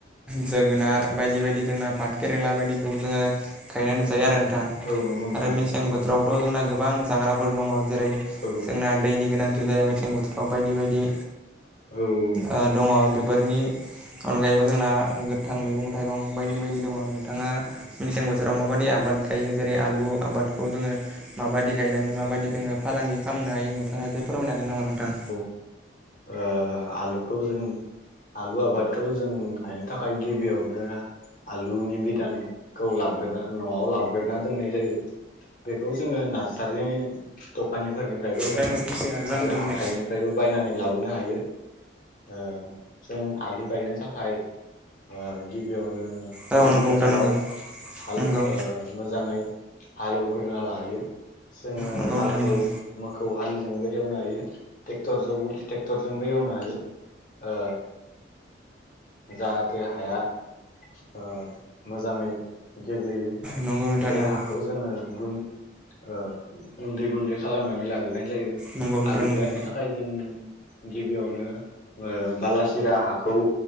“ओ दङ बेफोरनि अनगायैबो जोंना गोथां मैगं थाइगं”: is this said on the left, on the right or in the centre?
Centre